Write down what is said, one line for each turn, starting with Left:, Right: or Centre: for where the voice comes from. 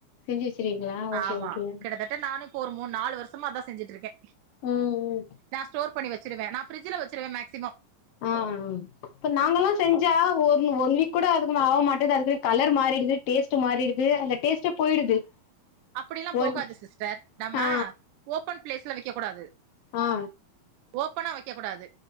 Left: செஞ்சு வச்சிருக்கீங்களா ஓகே
Right: ஆமா
Left: ஓகே
Right: கிட்டத்தட் நானக்கு ஒரு மூணு நாலு வருஷமா அதா செஞ்சுட்ருக்கே
Left: ம் ம்
Right: நா ஸ்டோர் பண்ணி வச்சிருவே நா பிரிட்ஜில வச்சருவே மேக்ஸிமம்
Left: ஆ இப்ப நாங்கல்லா செஞ் ஜா ஒன் ஒன் வீக் கூட அதுக்கு ஆக மாட்டது அதுக்கு கலர் மாறிடு டேஸ்ட் மாறிடுது அந்த டேஸ்ட்டே போயிடுது <inaudible>
Right: அப்படிலா போகாது
Left: ஒன்
Right: சிஸ்டர் நம்ம
Left: ஆ
Right: ஓபன் பிளேஸ்ல வைக்க கூடாது
Left: ஆ
Right: ஓப்பனா வைக்க கூடாது